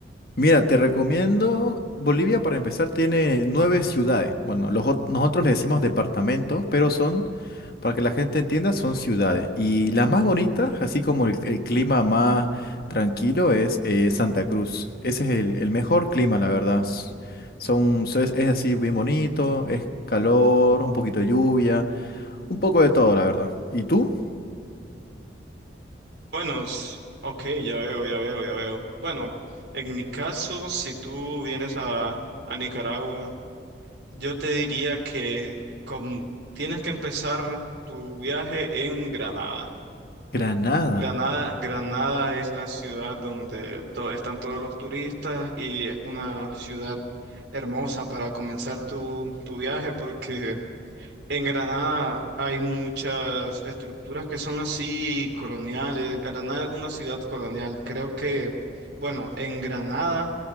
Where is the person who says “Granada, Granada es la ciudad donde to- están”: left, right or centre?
Right